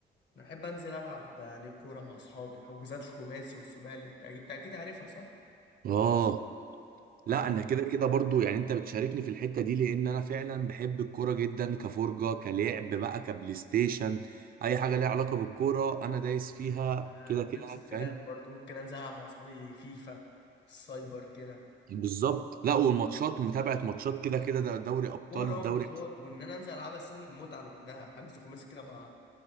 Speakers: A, on the left; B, on the right.
A: انا احب انزل العب يعني كوره مع اصحابي حجوزات الخماسي والسباعي اللي انت اكيد أكيد عارفها صح
B: اه لا
A: انا بقول-
B: انا كده كده برضو يعني انت بتشاركني في الحتة دي لان انا فعلا بحب الكورة جدا كفرجة كلعب بقى كبلاي ستيشن اي حاجة ليها علاقة بالكورة انا دايس فيها
A: أنا
B: كده
A: نفس
B: كده
A: الكلام
B: فاهم
A: برضو ممكن انزل العب مع اصحابي فيفا السايبر كده
B: بالظبط لا والماتشات متابعة ماتشات كده كده ده دوري أبطال
A: كورة وماتشات
B: دوري
A: وإن أنا أنزل ألعبها سن متعة لوحدها حجز خماسي كده مع